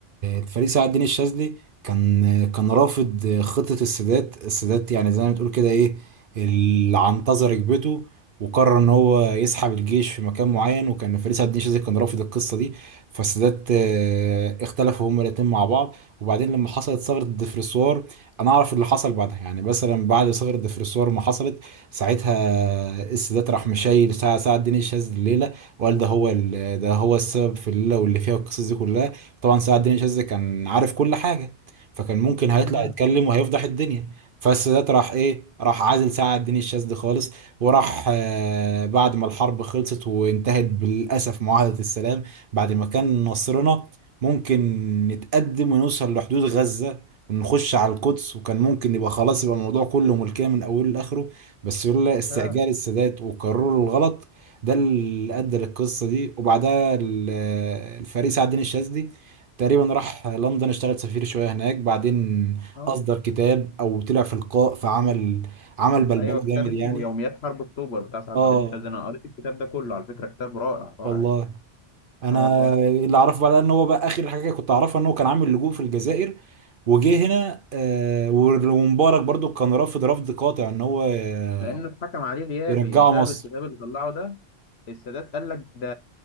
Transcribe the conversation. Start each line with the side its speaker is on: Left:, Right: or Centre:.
Right: الفريق سعد الدين الشاذلي كان كان رافض خطة السادات السادات يعني زي ما بتقول كده ايه اللي عنتظر ركبته وقرر ان هو يسحب الجيش في مكان معين وكان فريق سعد الدين الشاذلي كان رافض القصة دي فالسادات آه، اختلفوا هما الاتنين مع بعض وبعدين لما حصلت ثغرة الدفرسوار انا اعرف اللي حصل بعدها يعني مثلا بعد ثغرة الدفرسوار ما حصلت ساعتها السادات راح مشايل سعد سعد الدين الشاذلي الليلة وقال ده هو ال... ده هو السبب في الليله واللي فيها القصص دي كلها طبعا سعد الدين شاذلي كان عارف كل حاجه فكان ممكن هيطلع
Left: امم
Right: يتكلم وهيفضح الدنيا فالسادات راح ايه راح عازل سعد الدين الشاذلي خالص وراح آه بعد ما الحرب خلصت وانتهت بالاسف معاهده السلام بعد ما كان نصرنا ممكن نتقدم ونوصل لحدود غزه ونخش على القدس وكان ممكن يبقى خلاص يبقى الموضوع كله ملكية من أوله لآخره بس يقول لا استعجال
Left: فعلا
Right: السادات وقرروا الغلط ده اللي ادى للقصه دي وبعدها ال- الفريق سعد الدين الشاذلي تقريبا راح لندن اشتغل سفير شويه هناك بعدين
Left: اه
Right: اصدر كتاب او طلع في لقاء فعمل عمل بلبله
Left: ايوه
Right: جامد
Left: كتاب اسمه
Right: يعني
Left: يوميات حرب اكتوبر بتاع سعد
Right: اه
Left: الدين الشاذلي انا قريت الكتاب ده كله على فكرة كتاب رائع رائع
Right: والله
Left: يعني
Right: انا
Left: اه والله
Right: اللي اعرفه بعدها ان هو بقى اخر حاجه كنت اعرفها ان هو كان عامل لجوء في الجزائر وجه هنا آه، ومبارك برضو كان رافض رفض قاطع ان هو آه،
Left: لانه اتحكم عليه غيابي
Right: يرجعه
Left: بسبب
Right: مصر
Left: الكتاب اللي طلعه ده السادات قال لك ده